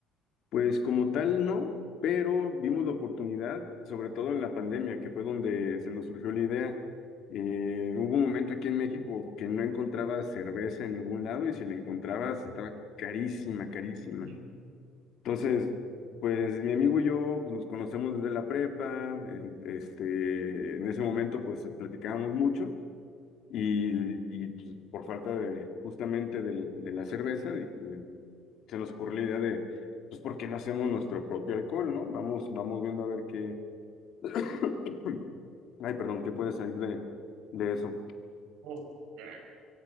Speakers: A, on the left (about 50°); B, on the right (about 80°).
A: Pues como tal, no, pero vimos la oportunidad, sobre todo en la pandemia, que fue donde se nos surgió la idea. Eh, hubo un momento aquí en México que no encontraba cerveza en ningún lado y si la encontrabas estaba carísima, carísima.
B: Ujú.
A: Entonces, pues mi amigo y yo pues, nos conocemos desde la prepa, en- este, en ese momento pues platicábamos mucho y, y, pues, por falta de justamente del- de la cerveza di- le- se nos ocurrió la idea de, pues, ¿por qué no hacemos nuestro propio alcohol, no? Vamos, vamos viendo a ver qué, <coughs> <clears throat> ay, perdón, qué puede salir de, de eso.
B: Oh, ya.